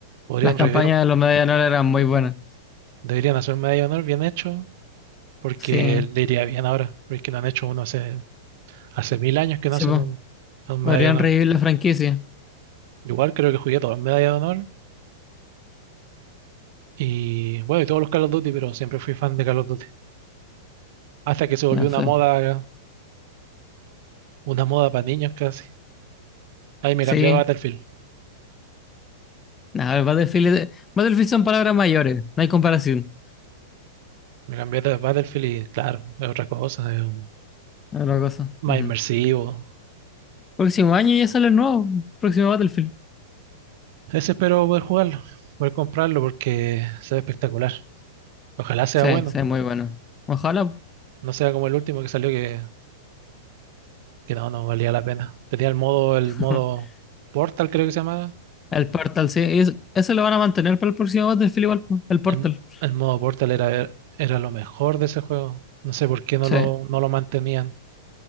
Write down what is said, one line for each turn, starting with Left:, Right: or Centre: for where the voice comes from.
Right: Podrían
Left: Las campañas
Right: revivir, un-
Left: de los medallas de honor eran muy buenas.
Right: deberían hacer un Medalla de Honor bien hecho, porque
Left: Sí,
Right: le iría bien ahora, porque no han hecho uno hace, hace mil años que
Left: sí,
Right: no hacen
Left: po.
Right: un, un
Left: Podrían
Right: Medalla de Honor.
Left: revivir la franquicia.
Right: Igual creo que jugué todos los Medalla de Honor y bueno, y todos los Call of Duty, pero siempre fui fan de Call of Duty. Hasta que se volvió
Left: Ya
Right: una
Left: sé.
Right: moda, una moda para niños casi. Ahí me
Left: Sí.
Right: cambié a Battlefield.
Left: Nada, el Battlefield, Battlefield son palabras mayores. No hay comparación.
Right: Me cambié de Battlefield y claro, es otra cosa, es un-
Left: Otra cosa.
Right: más
Left: Ujú.
Right: inmersivo.
Left: Próximo año ya sale el nuevo. Próximo Battlefield.
Right: Ese espero poder jugarlo, poder comprarlo porque se ve espectacular. Ojalá sea
Left: Sí,
Right: bueno,
Left: sí, muy bueno. Ojalá.
Right: no sea como el último que salió que, que no, no valía la pena. Tenía el modo, el
Left: <laughs>
Right: modo Portal creo que se llamaba.
Left: El Portal, sí. Es- eso lo van a mantener para el próximo Battlefield igual. po. El Portal.
Right: El, el modo Portal era, era lo mejor de ese juego. No sé por qué no
Left: Sí.
Right: lo, no lo mantenían.